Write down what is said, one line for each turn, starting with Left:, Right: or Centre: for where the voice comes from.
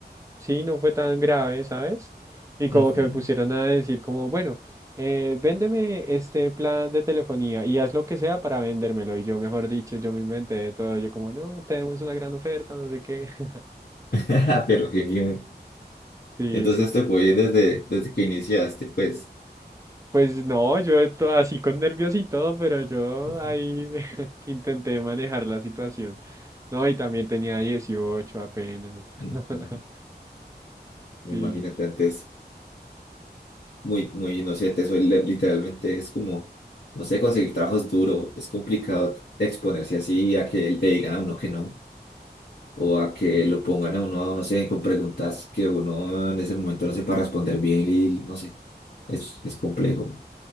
Right: sí, no fue tan grave, ¿sabes? Y como
Left: ujú.
Right: que me pusieron a decir como, bueno, eh, véndeme este plan de telefonía y haz lo que sea para vendérmelo. Y yo, mejor dicho, yo me inventé de todo. Yo como, no, tenemos una gran oferta, no sé qué. <laughs>
Left: <laughs> Pero genial.
Right: Sí,
Left: Entonces
Right: sí,
Left: te fue bien desde, desde que iniciaste, pues.
Right: Pues no, yo to- así con nervios y todo, pero yo
Left: Ujú,
Right: ahí <laughs> intenté manejar la situación. No, y también tenía 18 apenas.
Left: ujú.
Right: <laughs> Sí,
Left: Imagínate, antes muy, muy inocente, soy li- literalmente es como, no sé, conseguir trabajos duro, es complicado exponerse así a que le digan a uno que no, o a que
Right: sí,
Left: lo pongan a uno, no sé, con preguntas que uno en ese momento no sepa responder bien y no sé, es, es complejo.